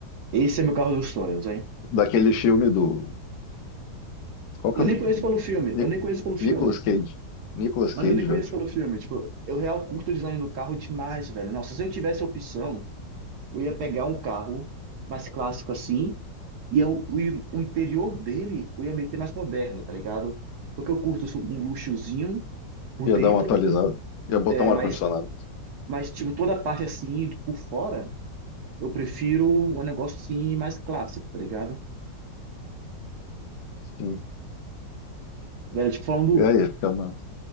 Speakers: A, on the right (about 65°); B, on the left (about 75°).
A: esse é meu carro dos sonhos, hein?
B: daquele filme do. Qual que
A: Eu
B: é
A: nem
B: o do.
A: conheço pelo filme,
B: Ni-
A: eu nem conheço pelo filme.
B: Nicolas Cage. Nicolas
A: Mas
B: Cage,
A: eu nem conheço
B: eu acho.
A: pelo filme. Tipo, eu real curto o design do carro demais, velho. Nossa, se eu tivesse a opção, eu ia pegar um carro mais clássico assim, e eu, o, i- o interior dele eu ia meter mais moderno, tá ligado? Porque eu curto su- um luxozinho por dentro,
B: Ia dar uma atualizada. Ia botar
A: é,
B: um
A: mas,
B: ar-condicionado.
A: mas, tipo, toda a parte assim, por fora, eu prefiro um negócio assim mais clássico, tá ligado?
B: Sim.
A: Velho, tipo, falando.
B: É, ia ficar massa.